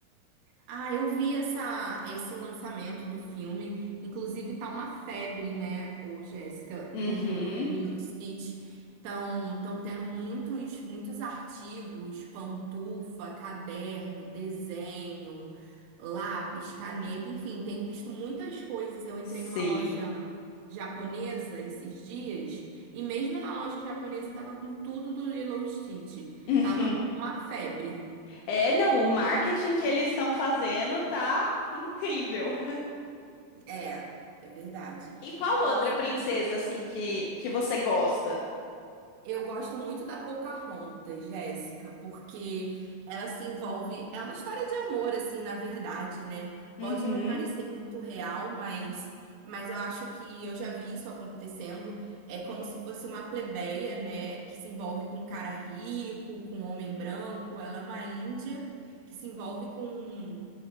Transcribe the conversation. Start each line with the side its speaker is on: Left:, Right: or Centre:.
Right: Ah, eu vi essa, esse lançamento do filme. Inclusive, tá uma febre, né, o Jéssica,
Left: Uhum,
Right: com Lilo e Stitch. Estão tão tão tendo muitos, muitos artigos, pantufa, caderno, desenho, lápis, caneta, enfim, tenho visto muitas coisas. Eu entrei
Left: sim.
Right: numa loja japonesa esses dias e mesmo na loja japonesa tava com tudo do Lilo e Stitch.
Left: Uhum.
Right: Tava uma febre.
Left: É, não, o marketing que eles estão fazendo tá incrível.
Right: É, é verdade.
Left: E qual
Right: E
Left: outra princesa, assim, que, que você gosta?
Right: eu gosto muito da Pocahontas, Jéssica, porque ela se envolve. É uma história de amor, assim, na verdade, né?
Left: Uhum.
Right: Pode não parecer muito real, mas, mas eu acho que eu já vi isso acontecendo. É como se fosse uma plebeia, né? Que se envolve com um cara rico, com um homem branco. Ela é uma índia que se envolve com